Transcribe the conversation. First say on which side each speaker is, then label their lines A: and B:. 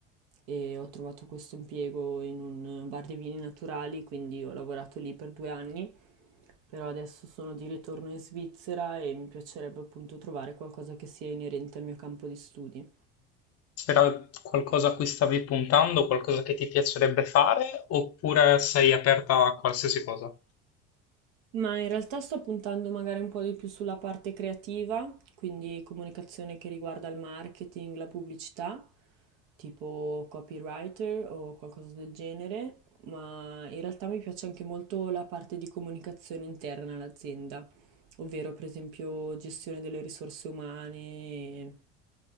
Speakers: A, on the right; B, on the left.
A: e ho trovato questo impiego in un bar dei vini naturali, quindi ho lavorato lì per due anni, però adesso sono di ritorno in Svizzera e mi piacerebbe appunto trovare qualcosa che sia inerente al mio campo di studi.
B: c'era qualcosa a cui stavi puntando, qualcosa che ti piacerebbe fare, oppure sei aperta a qualsiasi cosa?
A: Ma in realtà sto puntando magari un po' di più sulla parte creativa, quindi comunicazione che riguarda il marketing, la pubblicità, tipo copywriter o qualcosa del genere, ma in realtà mi piace anche molto la parte di comunicazione interna all'azienda. ovvero per esempio gestione delle risorse umane,